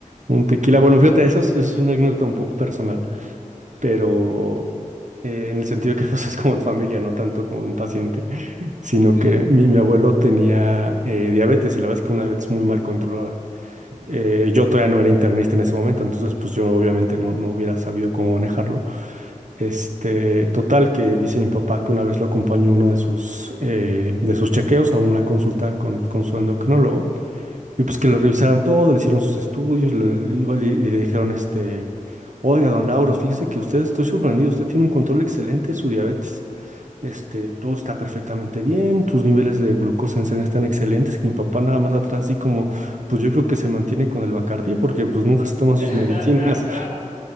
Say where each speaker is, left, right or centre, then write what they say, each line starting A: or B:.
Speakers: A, on the right (about 65°); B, on the right (about 80°).
A: Un tequila, bueno, fíjate, eso es, es una anécdota un poco personal, pero eh, en el sentido que <laughs> pues es como de familia, no tanto como de un paciente, sino
B: Sí.
A: que mi, mi abuelo tenía eh, diabetes y la verdad es que una diabetes muy mal controlada.
B: Mm.
A: Eh, yo todavía no era internista en ese momento, entonces pues yo obviamente no, no hubiera sabido cómo manejarlo. Este, total, que dice mi papá que una vez lo acompañó a uno de sus, eh, de sus chequeos, a una consulta con, con su endocrinólogo, y pues que le revisaron todo, le hicieron sus estudios, le, le- le- le dijeron, este, oiga, don Lauro, fíjese que usted, estoy sorprendido, usted tiene un control excelente de su diabetes, este, todo está perfectamente bien, tus niveles de glucosa en sangre están excelentes, que mi papá nada más atrás, así como, pues yo creo que se mantiene con el Bacardí, porque pues nunca se toma
B: <laughs>
A: sus medicinas.